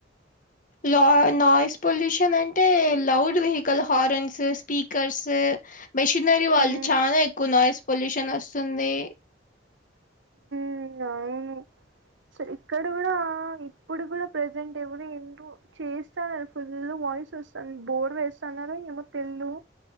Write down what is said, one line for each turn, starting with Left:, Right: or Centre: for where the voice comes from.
Left: లా నాయిస్ పొల్యూషన్ అంటే loud vehicle horns speakers machinery వాళ్ళు
Right: ఉమ్
Left: చానా ఎక్కువ నాయిస్ పొల్యూషన్ వస్తుంది
Right: ఉ అవును సో ఇక్కడ కూడా ఇప్పుడు కూడా ప్రజెంట్ ఎవరొ ఎందు చేస్తానరు ఫుల్ వాయిస్ చూస్తన్ బోర్ వేస్తున్నారో ఏమో తెల్లు